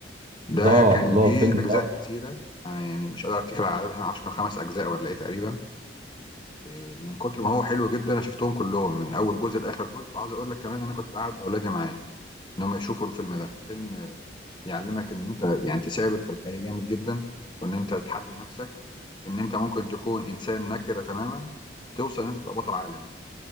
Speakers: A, on the left; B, on the right.
A: ده
B: الله
A: كان
B: الله
A: ليه
B: فيلم
A: اجزاء
B: رائع
A: كتيره انا يعني مش قادر افتكر عددها معرفش كان خمس اجزاء ولا ايه تقريبا إيه، من كتر ما هو حلو جدا انا شفتهم كلهم من اول جزء لاخر جزء وعاوز اقول لك كمان إن انا كنت بقعد اولادي معايا ان هم يشوفوا الفيلم ده فيلم بيعلمك ان انت يعني تثابر في الحياة جامد جدا وان انت تتحدى نفسك ان انت ممكن تكون انسان نكرة تماما توصل ان انت تبقى بطل عالم